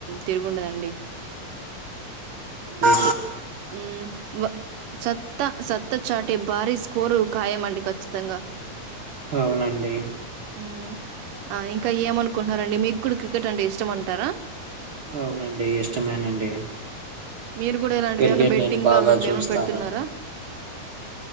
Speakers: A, on the right; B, on the right.
A: తిరుగుండదండి
B: అవునండి
A: మ్మ్ వ సత్ త్త సత్త చాటే భారీ స్కోరు ఖాయమండి ఖచ్చితంగా
B: అవునండి
A: హ్మ్. ఆ ఇంకా ఏమనుకుంటునరండి మీకు కూడా క్రికెట్ అంటే ఇష్టం అంటారా
B: అవునండి ఇష్టమేనండి
A: మీరు కూడా ఇలాంటివి
B: క్రికెట్
A: ఏమైన్నా బెట్టింగ్
B: నేను బాగా
A: లో అలాంటివి
B: చూస్తాను
A: ఏమైనా పెడుతున్నారా